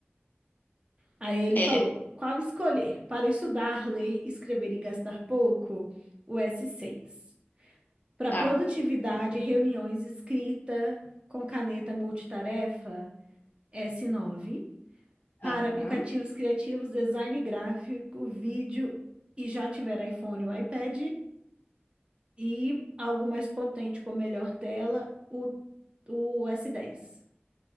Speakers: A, on the right; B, on the left.
A: Aí ele
B: é.
A: falou: qual escolher? Para estudar, ler, escrever e gastar pouco, o S6. Para
B: Tá.
A: produtividade, reuniões, escrita com caneta multitarefa, S9. Para
B: Aham.
A: aplicativos criativos, design gráfico, vídeo e já tiver iPhone ou iPad. E algo mais potente com melhor tela, o, o S10.